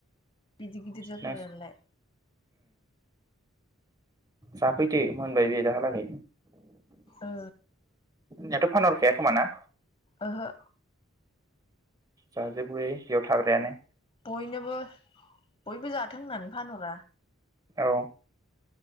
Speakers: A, on the left (about 25°); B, on the right (about 20°).
A: गिदिर गिदिर जाथारोआनोलाय।
B: नों जाफैदो मोनबाय‌ बे दाहलागै।
A: ओ
B: नियाथ' फानहरखाया खोमान ना?
A: ओहो
B: जाजोबो बे बेयाव थाग्रायानो
A: बयनोबो बयबो जाथों होननानै फानहरा।
B: औ